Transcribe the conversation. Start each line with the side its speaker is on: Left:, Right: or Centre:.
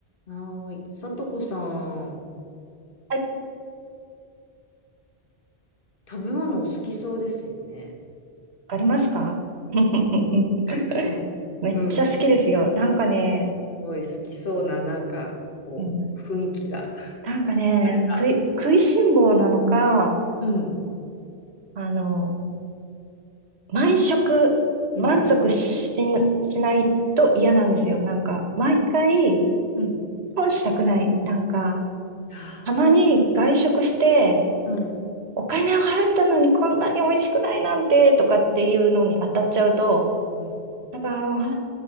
Left: はーい。さとこさん、
Right: はい、わ
Left: 食べ物お好きそうですよね。
Right: かりますか <laughs>
Left: <laughs>
Right: めっちゃ好きですよ。
Left: うんうん。す
Right: なんかね、
Left: ごい好きそうな、なんか、こう、
Right: うん、
Left: 雰囲気が。<laughs>
Right: なんかね、
Left: られた。
Right: 食い、食いしん坊なのか、
Left: うん。
Right: あの、毎食満足しな、
Left: うん。
Right: しないと嫌なんですよ。なんか、毎回
Left: うん。
Right: 損したくない。なんか、
Left: はあ
Right: たまに外食して、
Left: うん。
Right: お金を払ったのにこんなに美味しくないなんて、とかっていうのに当たっちゃうと、
Left: うん
Right: なんか、あ